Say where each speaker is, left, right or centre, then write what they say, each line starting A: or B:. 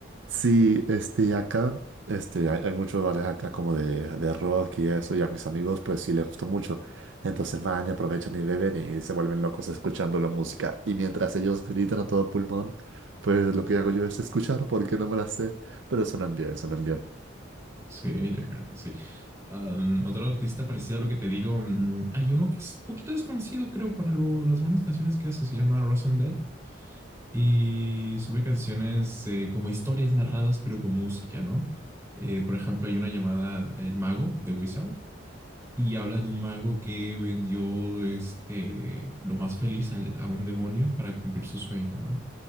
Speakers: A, on the right; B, on the right.
A: Sí, este, acá, este, hay, hay muchos bares acá como de, de rock y eso, y a mis amigos pues sí les gusta mucho. Entonces van y aprovechan y beben y se vuelven locos escuchando la música. Y mientras ellos gritan a todo pulmón, pues lo que hago yo es escuchar porque no me la sé, pero suenan bien, suenan bien.
B: Sí, yo creo que sí. Am, otro artista parecido a lo que te digo, mm, hay uno que es poquito desconocido, creo, para lo- las buenas canciones que hace, se llama Rosendell y sube canciones eh, como historias narradas, pero con música, ¿no? Eh, por ejemplo, hay una llamada El Mago de Wizard y habla de un mago que vendió este, lo más feliz al- a, un demonio para cumplir su sueño, ¿no?